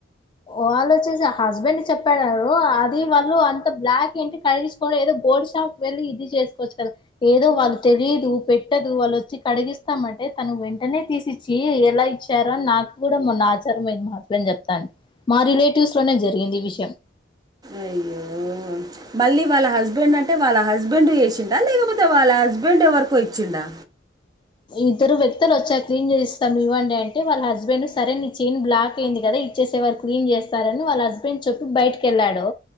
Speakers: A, on the left; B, on the right.
A: వాళ్ళ వచ్చేసి హస్బెండ్ చెప్పాడారు అది వాళ్ళు అంత బ్లాక్ ఏంటి కడి <unintelligible> పో ఏదో బోల్డ్ షప్ వెళ్లి ఇది చేసుకోచ్చు కదా ఏదో వాళ్ళు తెలియదు పెట్టదు వాళ్ళు వచ్చి కడిగిస్తామంటే తను వెంటనే తీసిచ్చ చి ఎలా ఇచ్చారో నాకు కూడా మొన్న <unintelligible> సరేలే మా హస్బెండ్ కి చెప్తాను మా రిలేటివ్స్ లోనే జరిగింది ఈ విషయం
B: అయ్యో మళ్ళీ వాళ్ళ హస్బెండ్ అంటే వాళ్ళ హస్బెండ్ చేసిండా లేకపోతే వాళ్ళ హస్బెండ్ ఎవరికో ఇచ్చిండా
A: ఇద్దరు వ్యక్తులు వచ్చారు క్లీన్ చేసిస్తాం ఇవ్వండి అంటే వాళ్ళ హస్బెండ్ సరే అనీ చైన్ బ్లాక్ అయింది కదా ఇచ్చేసేవారు క్లీన్ చేస్తారని వాళ్ళ హస్బెండ్ చెప్పి బయటకెళ్ళాడు